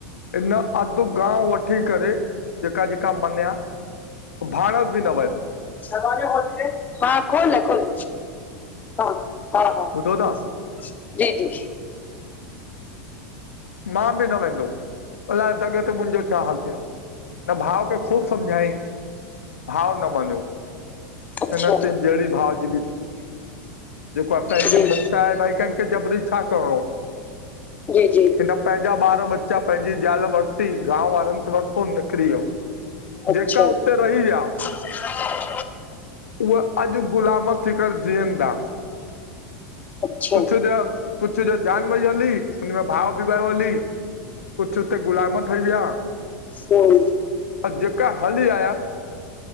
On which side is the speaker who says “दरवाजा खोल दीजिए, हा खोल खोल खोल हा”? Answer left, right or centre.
Left